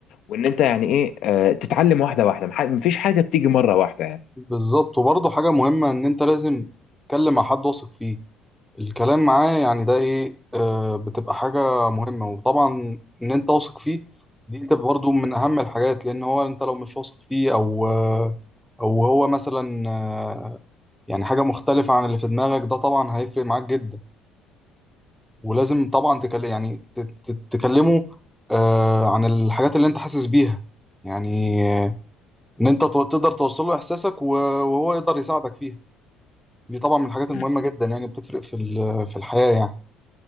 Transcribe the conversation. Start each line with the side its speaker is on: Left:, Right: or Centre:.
Left: وان انت يعني ايه آه، تتعلم واحده واحده مح- مفيش حاجه بتيجي مره واحده يعني
Centre: بالظبط وبرضه حاجه مهمه ان انت لازم تتكلم مع حد واثق فيه الكلام معاه يعني ده ايه آه بتبقى حاجة مهمة وطبعا ان انت واثق فيه دي تبقى برضو من اهم الحاجات لان هو انت لو مش واثق فيه او آه او هو مثلا آه يعني حاجة مختلفة عن اللي في دماغك ده طبعا هيفرق معاك جدا ولازم طبعا تكلم يعني ت- ت- تكلمه آه عن الحاجات اللي انت حاسس بيها يعني آه، ان انت تو- تقدر توصل له احساسك و- وهو يقدر يساعدك فيها دي طبعا من الحاجات المهمة
Left: مم.
Centre: جدا يعني بتفرق في ال- في الحياة يعني